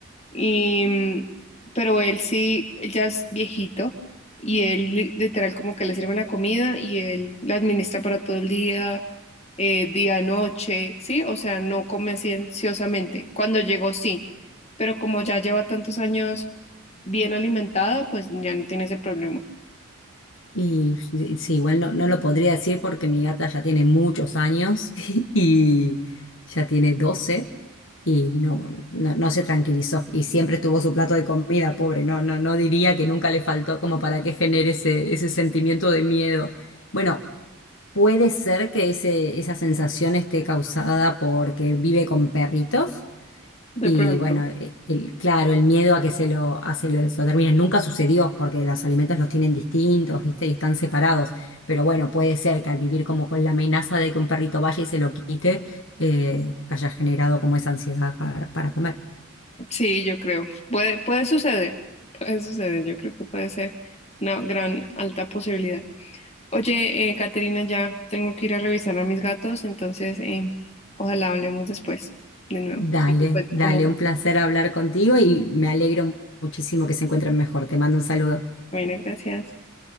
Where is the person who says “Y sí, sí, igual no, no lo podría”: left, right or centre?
Left